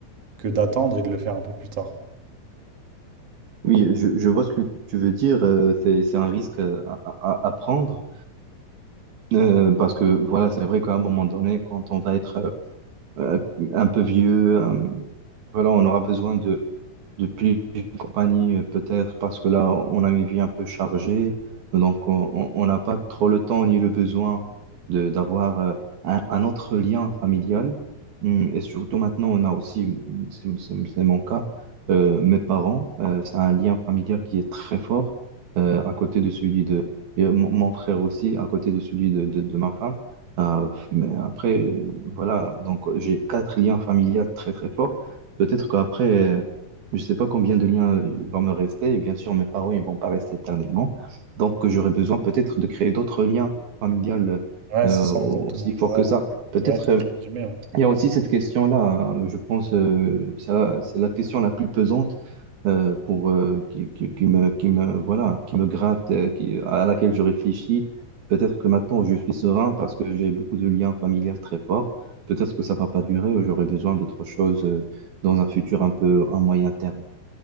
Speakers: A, on the right; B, on the right.
A: que d'attendre et de le faire un peu plus tard.
B: Oui, je, je vois ce que tu veux dire. euh, c'est, c'est un risque euh, à, à- à prendre, Euh, parce que voilà, c'est vrai qu'à un moment donné, quand on va être euh, euh, un peu vieux, euh, voilà, on aura besoin de, depuis une compagnie, euh, peut-être parce que là, on a une vie un peu chargée, donc on on- on n'a pas trop le temps ni le besoin de d'avoir euh, un, un autre lien familial. Hum, Et surtout maintenant, on a aussi, c'est c'est- c'est mon cas, euh, mes parents, euh, c'est un lien familial qui est très fort euh, à côté de celui de et mon mon frère aussi, à côté de celui de, de, de ma femme. Euh, mais après, euh, voilà, donc j'ai quatre liens familiaux très très forts. Peut-être qu'après, je ne sais pas combien de liens euh, il va me rester. Et bien sûr, mes parents, ils vont pas rester éternellement. Donc, euh, j'aurai besoin peut-être de créer d'autres liens familiales
A: Ouais,
B: euh,
A: c'est ça,
B: aussi
A: exactement.
B: forts
A: Ouais,
B: que ça. Peut-être,
A: ouais, t'as
B: euh,
A: t'as résumé. hein.
B: il y a aussi cette question-là. hein, je pense, euh, c'est la, c'est la question la plus pesante euh, pour euh, qui, qui- qui me, qui me, voilà, qui me gratte, euh, qui- à laquelle je réfléchis. Peut-être que maintenant, je suis serein parce que j'ai beaucoup de liens familiaux très forts. Peut-être que ça va pas durer. J'aurai besoin d'autre chose euh, dans un futur un peu à moyen terme.